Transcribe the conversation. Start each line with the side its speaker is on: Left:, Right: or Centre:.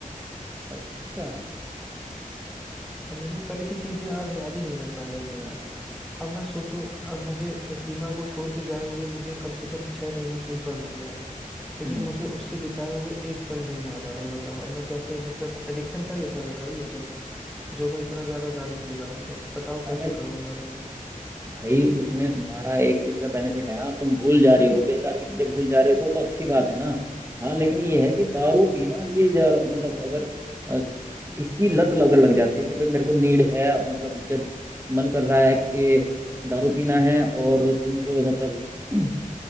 Right: अच्छा
Centre: अब मुझे कल की चीजें आज याद ही नहीं रह पा रही है यार अब मैं सोचो अब मुझे सीमा को छोड़ के जाए हुए मुझे कम से कम छह महीने से ऊपर हो गया लेकिन
Right: हम्म
Centre: मुझे उसके बिताए हुए एक पल नहीं याद आ रहे बताओ अब मैं कैसे मतलब एडिक्शन का ये सर है भाई ये सब जो मैं इतना ज्यादा दारू पी रहा हूँ अब बताओ
Right: अरे
Centre: कैसे करूँ यार मैनेज
Right: भाई उसमें तुम्हारा एक चीज का बेनिफिट है ना तुम भूल जा रहे हो बेकार की चीजें भूल जा रहे हो तो, तो अच्छी बात है ना हाँ लेकिन ये है कि दारू पीना ये जर, मतलब अगर अ, इसकी लत लग लग जाती है कि भाई मेरे को नीड है मतलब जब मन कर रहा है कि दारू पीना है और तुमको मतलब <clears throat>